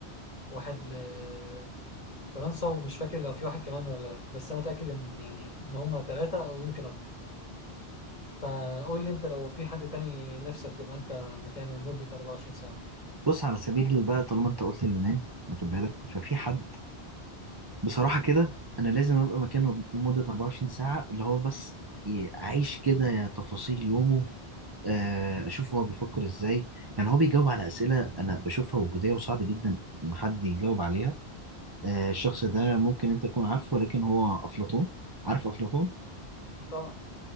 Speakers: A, on the left; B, on the right.
A: واحد لفرنسا ومش فاكر لو في واحد كمان ولا لا بس أنا متأكد إن يعني إن هما ثلاثة أو يمكن أكتر فقول لي أنت لو في حد تاني نفسك تبقى أنت مكانه لمدة 24 ساعة
B: بص على سبيل ال- بقى طالما انت قلت اليونان واخد بالك ففي حد بصراحة كده انا لازم ابقى مكانه لمدة 24 ساعة اللي هو بس ي- اعيش كده تفاصيل يومه آه، اشوف هو بيفكر ازاي كان هو بيجاوب على اسئلة انا بشوفها وجودية وصعب جدا ان حد يجاوب عليها آه، الشخص ده ممكن انت تكون عارفه ولكن هو افلاطون عارف افلاطون
A: طبعا